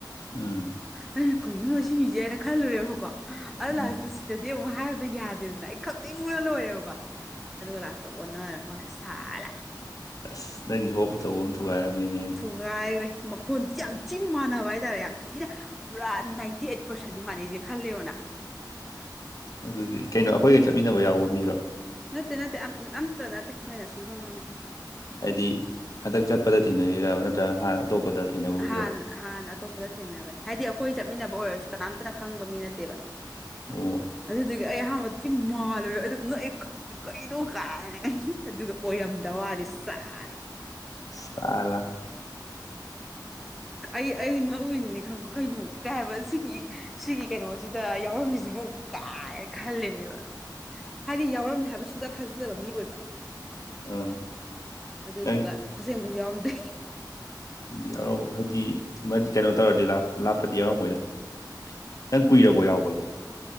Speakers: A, on the left; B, in the centre.
A: ꯎꯝ
B: ꯑꯩꯅ ꯀꯒꯨꯝꯕ ꯁꯤ ꯃꯤꯁꯦ ꯍꯥꯏꯅ ꯈꯜꯂꯨꯔꯦꯕꯀꯣ ꯑꯗ
A: ꯎꯝ
B: ꯂꯥꯛꯑꯁꯤꯁꯤ ꯁꯤꯗꯗꯤ ꯑꯃꯨꯛ ꯍꯥꯏꯕꯗꯣ ꯌꯥꯗꯦꯗꯅ ꯑꯩ ꯈꯪꯅꯤꯡꯉꯅ ꯂꯣꯏꯔꯦꯕꯀꯣ ꯑꯗꯨꯒ ꯂꯥꯁꯇ ꯑꯣꯟꯅꯔ ꯃꯥꯅꯤ ꯁꯥꯔꯦꯂ
A: ꯑꯁ ꯅꯪꯒꯤ ꯍꯣꯞꯄ ꯇꯧꯕ ꯑꯃ ꯊꯨꯒꯥꯏꯔꯝꯃꯤꯅꯦꯅ
B: ꯊꯨꯒꯥꯏꯈ꯭ꯔꯦ ꯃꯈꯣꯟꯁꯤ ꯌꯥꯝ ꯊꯤ ꯃꯥꯟꯅꯕ ꯍꯥꯏꯇꯥꯔꯦ ꯌꯥꯝ ꯊꯤꯅ ꯄꯨꯔꯥ ꯅꯥꯏꯟꯇꯤ ꯑꯩꯠ ꯄꯥꯔꯁꯦꯟꯗꯤ ꯃꯥꯟꯅꯩꯁꯦ ꯈꯂꯒ ꯌꯦꯡ ꯑꯣꯅꯥ
A: ꯑꯗꯨꯗꯤ ꯀꯩꯅꯣ ꯑꯩꯈꯣꯏꯒ ꯆꯠꯃꯤꯟꯅꯕ ꯌꯥꯎꯕ ꯃꯤꯔꯣ
B: ꯅꯠꯇꯦ ꯅꯠꯇꯦ ꯑꯝꯇ ꯅꯠꯇꯦ ꯅꯣꯏꯅ ꯁꯨꯝ ꯈꯪ ꯈꯪꯉꯣꯏ
A: ꯍꯥꯏꯗꯤ ꯍꯟꯗꯛ ꯆꯠꯄꯗ ꯊꯦꯡꯅꯔꯤ ꯅꯠꯇ꯭ꯔꯒ ꯍꯥꯟꯅ ꯑꯇꯣꯞꯄꯗ ꯊꯦꯡꯅꯕ ꯑꯣꯏꯗꯣꯏꯔꯣ
B: ꯍꯥꯟ ꯍꯥꯟꯅ ꯑꯇꯣꯞꯄꯗ ꯊꯦꯡꯅꯕꯅꯦ ꯍꯥꯏꯗꯤ ꯑꯩꯈꯣꯏ ꯆꯠꯃꯤꯟꯅꯕ ꯑꯣꯏꯔꯁꯨ ꯀꯅꯥꯝꯇꯅ ꯈꯪꯕ ꯃꯤ ꯅꯠꯇꯦꯕ
A: ꯑꯣ
B: ꯑꯗꯨꯗꯨꯗꯒꯤ ꯑꯩ ꯑꯍꯥꯟꯕꯤ ꯃꯥꯜꯂꯨꯔꯣꯏ ꯑꯗꯨ ꯉꯛꯑ ꯀꯩꯅꯣ ꯀꯥꯏ ꯑꯗꯨꯒ ꯑꯣꯏꯔꯝꯁꯋꯥꯅꯤ ꯁꯂꯥ
A: ꯁꯂ꯭ꯥ
B: ꯑꯩ ꯑꯩ ꯉꯛꯑꯣꯏꯔꯤꯅꯦ ꯈꯪꯕ ꯀꯩꯅꯣ ꯀꯩ ꯍꯥꯏꯕ ꯁꯤꯒꯤ ꯁꯤꯒꯤ ꯀꯩꯅꯣꯁꯤꯗ ꯌꯥꯎꯔꯝꯃꯤꯁꯤꯕꯨ ꯀꯥꯏ ꯈꯂꯦꯅꯦꯕ ꯍꯥꯏꯗꯤ ꯌꯥꯎꯔꯝꯅꯤ ꯍꯥꯏꯕ ꯁꯨꯡꯖꯥ ꯊꯥꯖꯗꯕ ꯃꯤ ꯑꯣꯏꯕ
A: ꯑꯥ
B: ꯑꯗꯨꯗꯨꯒ
A: ꯅꯪ
B: ꯑꯁꯦꯡꯕꯁꯨ ꯌꯥꯎꯔꯝꯗ꯭ꯔꯦ
A: ꯌꯥꯎꯔꯝꯃ ꯍꯥꯏꯗꯤ ꯃꯗꯤ ꯀꯩꯅꯣ ꯇꯧꯔꯗꯤ ꯂꯥꯞꯄꯗꯤ ꯌꯥꯎꯔꯝꯃꯣꯏꯗ ꯅꯪ ꯀꯨꯏꯔꯕ ꯌꯥꯎꯕꯁꯦ